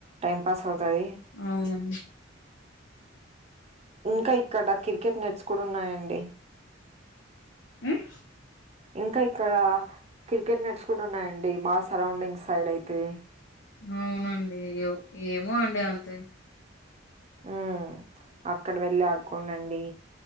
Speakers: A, on the right (about 35°); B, on the left (about 65°).
A: టైం పాస్ అవుతుంది
B: అవునా
A: ఇంకా ఇక్కడ క్రికెట్ నేట్స్ కూడా ఉన్నాయండి
B: ఉమ్?
A: ఇంకా ఇక్కడ క్రికెట్ నేట్స్ కూడా ఉన్నాయండి మా సరౌండింగ్ సైడ్ అయితే
B: అవునండి ఏమో అండి అంత
A: ఉ అక్కడ వెళ్లి ఆడుకోండండి